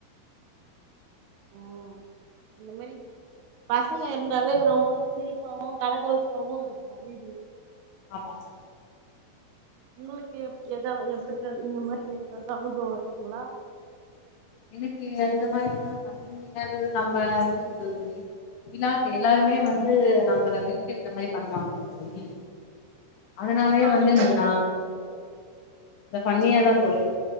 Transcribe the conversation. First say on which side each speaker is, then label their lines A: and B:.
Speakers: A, on the right; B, on the left.
A: ம் அந்த மாதிரி பசங்க இருந்தாலே ரொம்ப சிரிப்பாவும் கலகலப்பாவவும் இருக்கும் வீடு
B: ஆமாங்
A: உங்களுக்கு எப் ஏதாவது எப்டி இந்த மாதிரி ஏதாவது அனுபவ இருக்குங்களா
B: எனக்கு அந்த மாரினா <unintelligible> நம்ம என்ன சொல்றது தோழி விளாட்டு எல்லாருமே வந்து நம்மள வில்தேத்துற மாரி பண்ணுவாங்கல்ல தோழி அதனாலே
A: ஆஹா
B: வந்து
A: நீங்க
B: எனக்கு நா இத பண்ணியாதா
A: நீங்க
B: தோழி